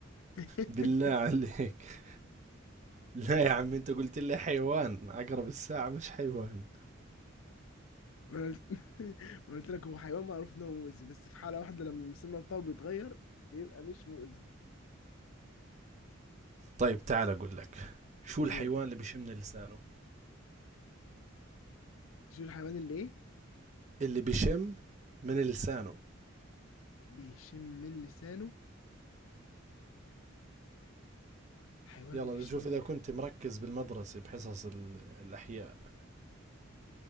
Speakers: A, on the left; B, on the right.
A: <laughs>
B: بالله عليك لا يا عم انت قلت لي حيوان عقرب الساعة مش حيوان
A: ما أنا قلت ما أنا قلت لك هو حيوان معروف ان هو مؤذي بس في حالة واحدة لما المسمى بتاعه بيتغير بيبقى مش مؤذي
B: طيب تعال اقول لك شو
A: قول
B: الحيوان اللي بيشم من لسانه
A: شو الحيوان اللي ايه
B: اللي بيشم من لسانه
A: بيشم من لسانه حيوان
B: يلا
A: بيشم
B: بدي اشوف اذا كنت مركز بالمدرسة بحصص ال- الاحياء